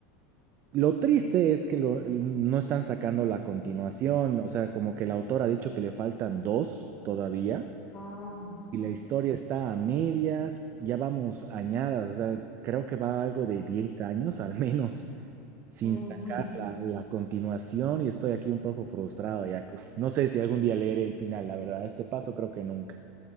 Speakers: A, on the right; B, on the left.
A: lo triste es que lo- no están sacando la continuación, o sea, como que el autor ha dicho que le faltan dos todavía
B: Ah,
A: y la historia está a medias, ya vamos añadas, o sea, creo que va algo de 10 años al menos sin
B: oh,
A: sacar
B: pues
A: la, la continuación y estoy aquí un poco frustrado ya, <laughs> no sé si algún día leeré el final, la verdad, a este paso creo que nunca.